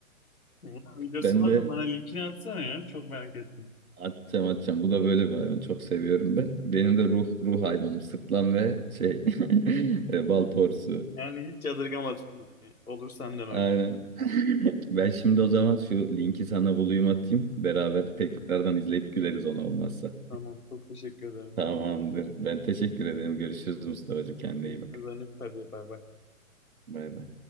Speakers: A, on the left; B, on the right.
A: Bunun videosu
B: Ben
A: varsa
B: de
A: bana linkini atsana ya. Çok merak ettim.
B: atacağım atacağım. Bu da böyle bir hayvan. Çok seviyorum ben. Benim de ruh ruh hayvanım. Sırtlan ve şey <laughs> e, bal porsu.
A: Yani hiç yadırgamadım. Olur senden o.
B: Aynen.
A: gün.
B: <laughs> Ben şimdi o zaman şu linki sana bulayım atayım. Beraber tekrardan izleyip güleriz ona olmazsa.
A: Tamam. Çok teşekkür ederim.
B: Tamamdır. Ben teşekkür ederim. Görüşürüz Mustafa'cığım. Kendine
A: Görüşürüz
B: iyi bak.
A: Hanif. Hadi bay bay.
B: Bay bay.